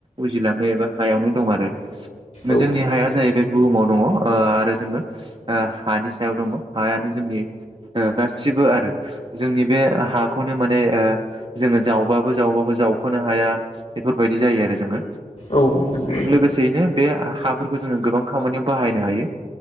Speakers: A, on the right; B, on the left.
A: उजिलाङो एबा हायावनो दं आरो
B: औ
A: जोंनि हाया जाहैबाय बुहुमाव दङ आरो जोङो हानि सायाव दङ हायानो जोंनि ओ गासिबो आरो जोंनि बे हाखौनो माने जोङो जावबाबो जावबाबो जावखोनो हाया बेफोरबायदि जायो आरो जोङो
B: औ नंगौ नोंथां
A: लोगोसेयैनो बे हाफोरखौ जोङो गोबां खामानियाव बाहायनो हायो